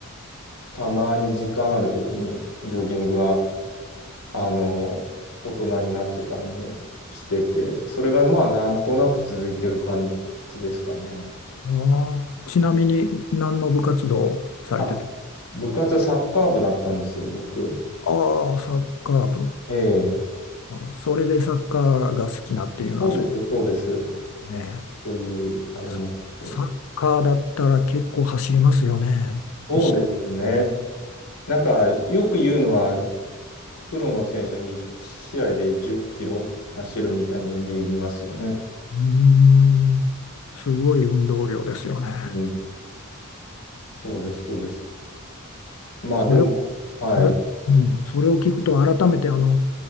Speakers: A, on the left; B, on the left.
A: たまに時間ある時にジョギングはあの、大人になってからもしてて、それがまあなんとなく続いてる感じですかね。
B: あちなみに何の部活動をされてた
A: あ、部活はサッカー部だったんですよ、僕。
B: ああサッカー部。
A: ええ。
B: あそれでサッカーが好きなっていうのはそ
A: そうです、そうです。
B: うね。
A: そういう、あれもあって。
B: そサッカーだったら結構走りますよね。
A: そうですね。
B: 一
A: なんか、よく言うのは、プロの選手は1試合で10キロ走るみたいに言いますよね。
B: うーん、すごい運動量ですよね。
A: うん。そうです、そうです。まあ、
B: それを
A: でも、はい。
B: それ、うん、それを聞くと改めてあの